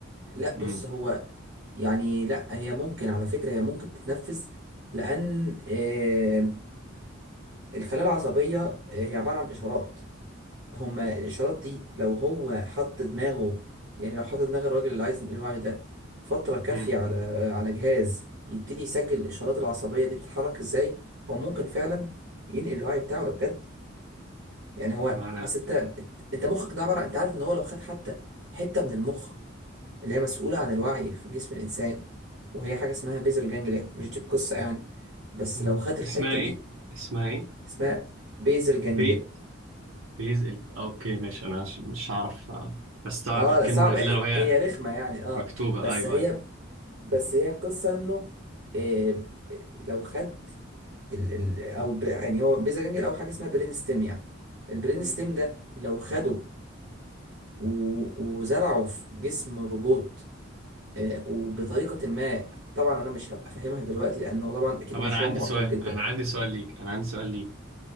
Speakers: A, on the right; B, on the right.
A: لا
B: امم
A: بص هو يعني لا هي ممكن على فكرة هي ممكن تتنفذ لأن آه، الخلايا العصبية آه، هي عبارة عن إشارات هما الإشارات دي لو هو حط دماغه يعني لو حط دماغ الراجل اللي عايز ينقل وعيه ده فترة كافية
B: امم
A: على على جهاز يبتدي يسجل الإشارات العصبية دي بتتحرك إزاي هو ممكن فعلا ينقل الوعي بتاعه ده بجد يعني هو
B: معنى
A: أصل أنت أنت مخك ده عبارة أنت عارف إن هو لو خد حتى حتة من المخ اللي هي مسؤولة عن الوعي في جسم الإنسان وهي حاجة اسمها بيزل جانجليا مش دي القصة يعني بس
B: مم.
A: لو خد الحتة
B: اسمها ايه
A: دي
B: اسمها ايه
A: اسمها بيزل جانجليا
B: بي بيزل اوكي ماشي انا عش- مش هعرف آه، استوعب
A: اه
B: الكلمه
A: لا صعبة
B: الا لو هي
A: هي رخمة يعني اه
B: مكتوبه
A: بس
B: ايوه
A: هي
B: ايوه
A: بس هي القصة انه إيه لو خد ال ال او ب- يعني هو بيزل جانجليا او حاجة اسمها برين ستيم يعني البرين
B: مم.
A: ستيم ده لو خده و- وزرعه في جسم روبوت إيه وبطريقة ما طبعا انا مش هبقى فاهمها دلوقتي لانه طبعا اكيد
B: طب
A: مشروع
B: انا عندي
A: معقد
B: سؤال
A: جدا
B: انا عندي سؤال ليك انا عندي سؤال ليك